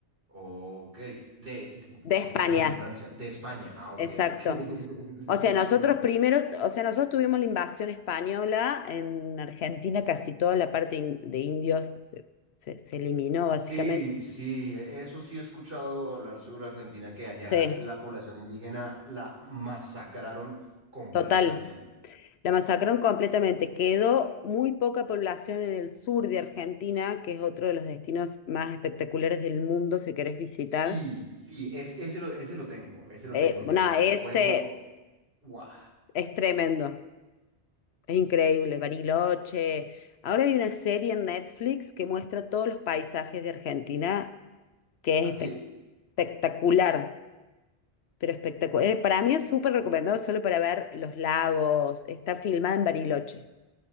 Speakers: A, on the right; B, on the left.
A: Ok, de, de-
B: de España.
A: qué pena la ignorancia, de España. Ah, ok,
B: Exacto.
A: ok. <laughs>
B: O sea, nosotros primero, o sea, nosotros tuvimos la invasión española en Argentina, casi toda la parte in- de indios se, se- se eliminó básicamente.
A: Sí, sí, eso sí he escuchado hablar sobre Argentina, que allá
B: Sí,
A: la población indígena la masacraron completamente.
B: total. La masacraron completamente. Quedó muy poca población en el sur de Argentina, que es otro de los destinos más espectaculares del mundo si querés visitar.
A: Sí, sí, es, ese lo, ese lo tengo, ese lo
B: Eh,
A: tengo, Tierra
B: no, ese
A: del Fuego. Guau.
B: es tremendo, es increíble, Bariloche. Ahora hay una serie en Netflix que muestra todos los paisajes de Argentina que es
A: ¿Así?
B: espe- espectacular, pero espectacular. eh, Para mí es súper recomendado solo para ver los lagos. Está filmada en Bariloche.